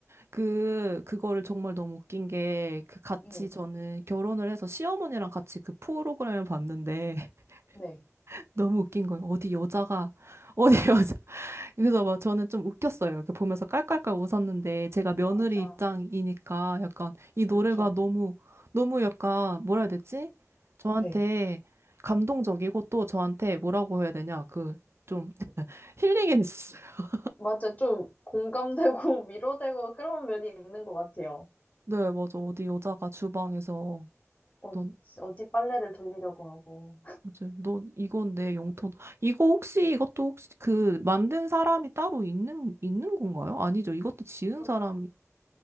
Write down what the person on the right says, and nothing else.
그 그거를 정말 너무 웃긴 게 그 같이
저는 결혼을 해서 시어머니랑 같이 그 프로그램을 봤는데
<laughs> 너무 웃긴 거예요. 어디 여자가 어디 <laughs> 여자 그래서 막 저는 좀 웃겼어요. 그 보면서 깔깔깔 웃었는데 제가 며느리
입장이니까 약간 이 노래가
너무 너무 약간 뭐라 해야 되지? 저한테
감동적이고 또 저한테 뭐라고 해야 되냐 그 좀 힐링이 됐어요. <laughs>
네, 맞아. 어디 여자가 주방에서
넌
맞아요. 너 이건 내 영토다. 이거 혹시 이것도 혹시 그 만든 사람이 따로 있는 있는 건가요? 아니죠. 이것도 지은
사람이